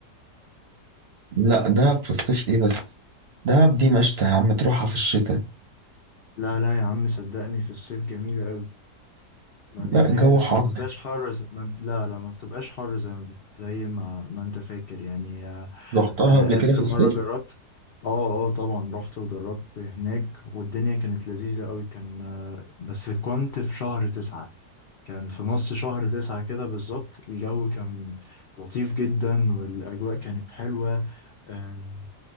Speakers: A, on the right (about 55°); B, on the left (about 75°).
A: لا دهب في الصيف ايه بس دهب دي مشتى يا عم تروحها في الشتاء
B: لا لا يا عم صدقني في الصيف جميلة قوي ما بيتهيألك
A: لا الجو حر
B: ما بتبقاش حر زي... ما... لا لا ما بتبقاش حر زي ما بت... زي ما... ما انت فاكر يعني آه،
A: رحتها
B: آه،
A: قبل كده
B: آخر
A: في الصيف
B: مرة جربت اه اه طبعا رحت وجربت هناك والدنيا كانت لذيذة قوي كان آه، بس كنت في شهر تسعة كان في نص شهر تسعة كده بالظبط الجو كان لطيف جدا والأجواء كانت حلوة آم،